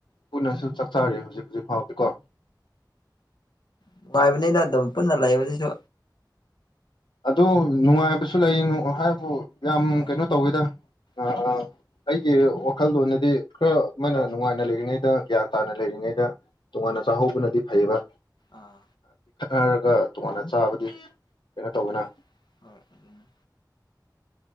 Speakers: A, on the left (about 90°); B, on the left (about 70°).
A: ꯄꯨꯟꯅꯁꯨ ꯆꯥꯛꯆꯥꯔꯤ ꯍꯧꯖꯤꯛ ꯍꯧꯖꯤꯛ ꯐꯥꯎꯗꯦ ꯀꯣ
B: ꯅꯨꯡꯉꯥꯏꯕꯅꯤꯅ ꯑꯗꯨꯝ ꯄꯨꯟꯅ ꯂꯩꯕꯗꯨꯁꯨ
A: ꯑꯗꯨ ꯅꯨꯡꯉꯥꯏꯕꯁꯨ ꯂꯩ ꯍꯥꯏꯕꯨ ꯌꯥꯝ
B: ꯍꯣꯏ
A: ꯀꯩꯅꯣ ꯇꯧꯋꯦꯗ ꯑ
B: ꯑꯥ
A: ꯑꯩꯒꯤ ꯋꯥꯈꯜꯂꯣꯟꯗꯗꯤ ꯈꯔ ꯃꯥꯅ ꯅꯨꯡꯉꯥꯏꯅ ꯂꯩꯔꯤꯉꯩꯗ ꯒ꯭ꯌꯥꯟ ꯇꯥꯅ ꯂꯩꯔꯤꯉꯩꯗ ꯇꯣꯉꯥꯟꯅ ꯆꯥꯍꯧꯕꯅꯗꯤ ꯐꯩꯕ
B: ꯑꯥ
A: ꯑꯔ ꯈ ꯇꯣꯉꯥꯟꯅ ꯆꯥꯕꯗꯤ ꯀꯩꯅꯣ ꯇꯧꯕꯅ
B: ꯍꯣꯏ ꯍꯣꯏ ꯑꯗꯨꯅ